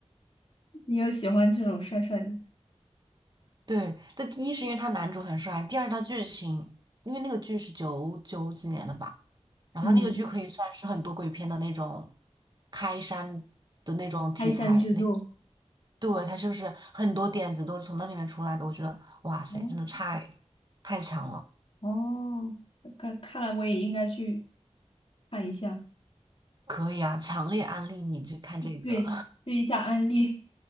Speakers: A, on the left; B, on the right.
A: 你有喜欢这种帅帅的？
B: 对，但第一是因为他男主很帅，第二他剧情，因为那个剧是九九几年的吧，然后他那个剧可以算是很多鬼片的那种
A: 嗯，
B: 开山的那种题材类型
A: 开山之作，
B: 对，他就是很多点子都是从那里面出来的，我觉得哇塞，
A: 哦
B: 真的太太强了，
A: 哦，看看来我也应该去看一下，
B: 可以啊，强烈安利你去看这个。
A: 对，试一下安利。